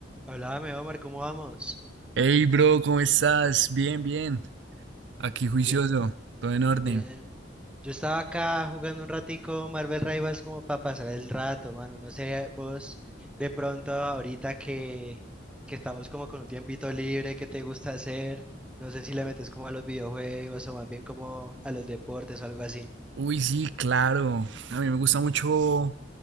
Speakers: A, in the centre; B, on the right.
A: Háblame, Omar, ¿cómo vamos?
B: Hey, bro, ¿cómo estás? Bien, bien. Aquí juicioso,
A: Bien,
B: todo en orden.
A: bien. Yo estaba acá jugando un ratico Marvel Rivals como para pasar el rato, mano. No sé, vos de pronto ahorita que, que estamos como con un tiempito libre, ¿qué te gusta hacer? No sé si le metes como a los videojuegos o más bien como a los deportes o algo así.
B: Uy, sí, claro. A mí me gusta mucho